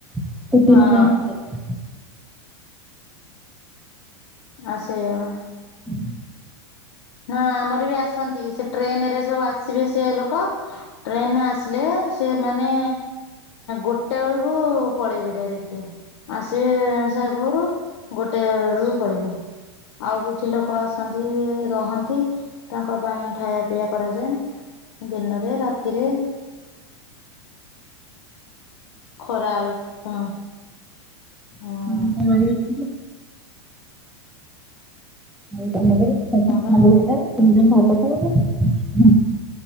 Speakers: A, in the centre; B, on the left.
A: ସିଏ
B: ହଁ
A: ତିନି ଟାଇମ ଖାଇବେ।
B: ଆ ସେଇଆ ବା।
A: ହଁ।
B: ହଁ ଆମର ବି ଆସନ୍ତି ସେ ଟ୍ରେନ ରେ ସବୁ ଆସିବେ ସେ ଲୋକ। ଟ୍ରେନରେ ଆସିଲେ। ସେମାନେ ଗୋଟେ ବେଳକୁ ପଳେଇବେ ଡାଇରେକ୍ଟ। ଆସିବେ ସେ ଭୋରୁ ଗୋଟେବେଳକୁ ପଳେଇବେ। ଆଉ କିଛି ଲୋକ ଆସନ୍ତି ରହନ୍ତି ତାଙ୍କ ପାଇଁ ଖାଇବା ପିଇବା କରାଯାଏ ଦିନରେ ରାତିରେ। ଖରା ଆଳକୁ ହଁ। ହଁ
A: ଏଇନା ରହିବେ। <unintelligible>
B: ହଁ ବା।